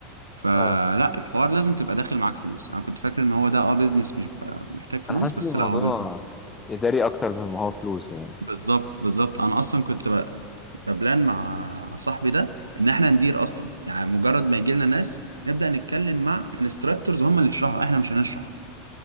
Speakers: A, on the right; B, on the left.
A: فلا
B: اه
A: الحوار لازم تبقى داخل معاك فلوس انا كنت فاكر ان هو ده اه بيزنس مش بيبقى محتاج فلوس
B: انا حاسس
A: بس
B: ان الموضوع
A: لا هو بالفلوس
B: اداري اكتر مما هو فلوس يعني
A: بالظبط بالظبط انا اصلا كنت ب- ببلان مع صاحبي ده ان احنا ندير اصلا يعني مجرد ما يجي لنا ناس نبدا نتكلم مع انستراكتورز هم اللي يشرحوا احنا مش هنشرح